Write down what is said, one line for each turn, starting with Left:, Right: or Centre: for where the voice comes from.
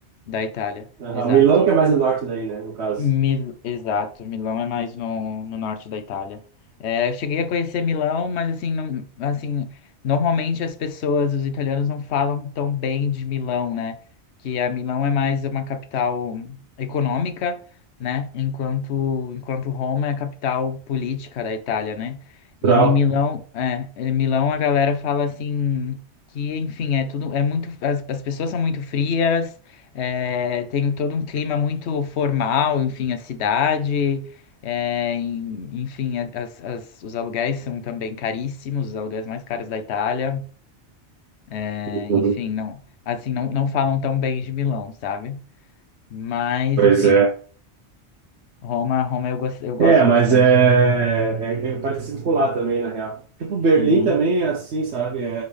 Left: da Itália.
Right: Aham.
Left: Exato.
Right: Milão que é mais o norte daí, né? No caso.
Left: Mil... Exato, Milão é mais no, no norte da Itália. É, eu cheguei a conhecer Milão, mas assim, não, assim, normalmente as pessoas, os italianos não falam tão bem de Milão, né? Que a Milão é mais uma capital econômica, né? Enquanto, enquanto Roma é a capital política da Itália, né?
Right: Pra-
Left: E em Milão, é, em Milão a galera fala assim que, enfim, é tudo, é muito, as, as pessoas são muito frias, é, tem todo um clima muito formal, enfim, a cidade, é, em- enfim, a- as- as- os aluguéis são também caríssimos, os aluguéis mais caros da Itália, É,
Right: Uhum.
Left: enfim, não, assim, não, não falam tão bem de Milão, sabe? Mas,
Right: Pois
Left: enfim,
Right: é.
Left: Roma, Roma eu, gos- eu gosto
Right: É, mas
Left: bastante.
Right: é, é, é parecido com lá também, na real. Tipo, Berlim
Left: Uhum,
Right: também é assim, sabe? É,